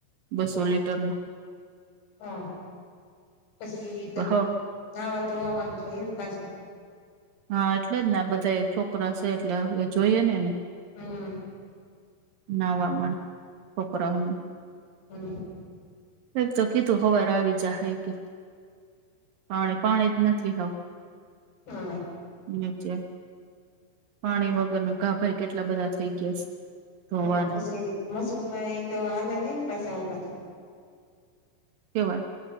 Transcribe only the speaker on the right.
બસો
લીટર નું
હ
હા એટલે જ ને બધાયે છોકરા સે એટલે હવે જોઈએ ને એને
નાવામા કપડા
તાણ જગી તો હવારે આવી જાહે એ પાણી પાણી જ નથી આવ
નીચે પાણી વગર નુ ગાભાઈ કેટલા બધા થઈ ગયા છે. ધોવાને
કેવાય.